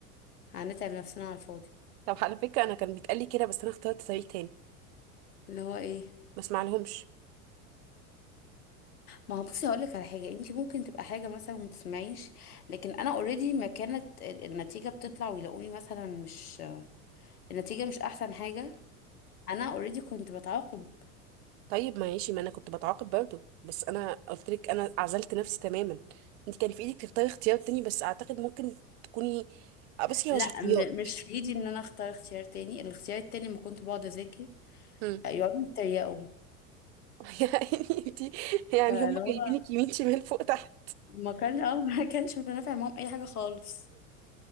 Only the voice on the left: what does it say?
هنتعب نفسنا على الفاضي
اللي هو ايه
ما هو بصي هقول لك على حاجة انت ممكن تبقى حاجة مثلا وما تسمعيش لكن انا اوريدي ما كانت ال- النتيجة بتطلع ويلاقوني مثلا مش النتيجة مش احسن حاجة انا اوريدي كنت بتعاقب
لا
م- مش في ايدي ان انا اختار اختيار تاني الاختيار التاني ما كنت بقعد اذاكر
يقعدوا يتريقوا
فاللي
هو
ما كان اه ما كانش بنافع معاهم اي حاجه خالص